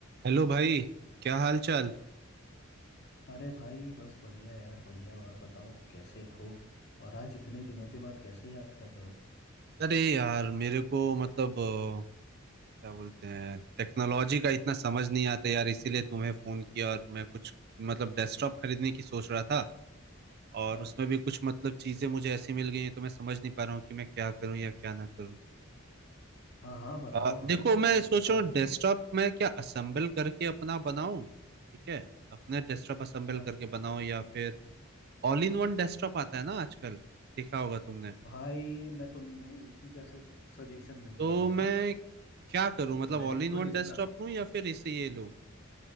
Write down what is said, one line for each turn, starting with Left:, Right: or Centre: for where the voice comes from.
Right: Hello भाई क्या हाल चाल
Left: अरे भाई बस बढ़िया यार बढ़िया और बताओ कैसे हो और आज इतने दिनों के बाद कैसे याद कर रहे हो
Right: अरे यार मेरे को मतलब अ, क्या बोलते हैं टेक्नोलॉजी का इतना समझ नहीं आता यार इसीलिए तुम्हें फोन किया और मैं कुछ मतलब डेस्कटॉप खरीदने की सोच रहा था और
Left: हाँ
Right: उसमें भी कुछ मतलब चीजें मुझे ऐसी मिल गई हैं तो मैं समझ नहीं पा रहा हूँ कि मैं क्या करूँ या क्या ना करूँ
Left: हाँ हाँ बताओ
Right: अ,
Left: भाई
Right: देखो
Left: क्या
Right: मैं
Left: दिक्कत
Right: सोच
Left: आ
Right: रहा हूँ
Left: गई
Right: डेस्कटॉप मैं क्या असेंबल करके अपना बनाऊँ ठीक है अपना डेस्कटॉप असेंबल
Left: हाँ
Right: करके बनाऊँ या फिर ऑल इन वन डेस्कटॉप आता है ना आजकल देखा होगा तुमने
Left: भाई मैं तुम्हें इसी का सज, सजेशन देने
Right: तो
Left: वाला
Right: मैं
Left: था
Right: क्या करूं मतलब
Left: मैंने
Right: ऑल इन
Left: खुद
Right: वन
Left: इसका
Right: डेस्कटॉप लूं या फिर इसे ये लूं